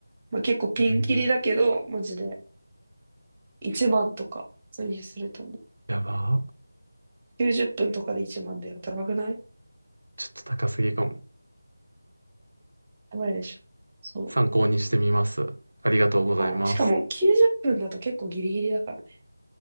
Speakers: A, on the right; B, on the right.
A: まあ、結構ピンキリだけど、
B: うん
A: マジで1万とか、普通にすると思う。
B: やばー。
A: 90分とかで1万だよ。高くない
B: ちょっと高すぎかも。
A: やばいでしょ。そ
B: 参考にしてみます。ありがとうございます。
A: う。はい。しかも90分だと結構ギリギリだからね。